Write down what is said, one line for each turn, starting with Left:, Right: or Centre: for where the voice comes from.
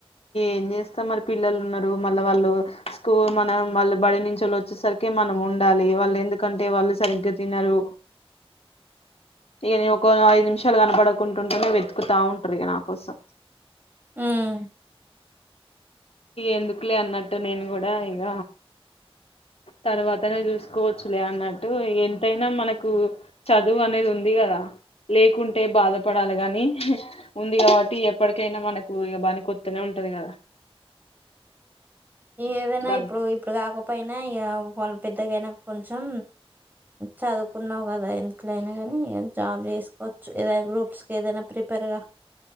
Left: ఎంజేస్ తమరి పిల్లలు ఉన్నరు మళ్ళ వాళ్ళు స్కూల్ మనం వాళ్ళు బడి నుంచి వచ్చేసరికి మనం ఉండాలి. వాళ్ళు ఎందుకంటే వాళ్ళు సరిగ్గా తినరు. ఇగ నేను ఒక ఐదు నిమిషాలు కనపడకుంటుంటేనే వెతుకుతా ఉంటారు ఇగ నా కోసం.
Right: హ్మ్.
Left: ఎందుకులే అన్నట్టు నేను కూడా ఇగ తర్వాతనే చూసుకోవచ్చులే అన్నట్టు ఇగ ఎంతైనా మనకు చదువు అనేది ఉంది కదా, లేకుంటే బాధపడాలి గానీ ఉంది. కాబట్టి ఎప్పటికైనా మనకు ఇగ బని కొత్తనే ఉంటది కదా.
Right: ఏదైనా
Left: డబ్బు
Right: ఇప్పుడు ఇప్పుడు కాకపో నా ఇక వాళ్ళ పెద్దగైనా కొంచెం చదువుకున్నావు కదా ఎట్లయినా కాని ఇ జాబ్ చేేసుకోవచ్చు ఏదైనా గ్రూప్స్ ఏదైనా ప్రిపేర్గా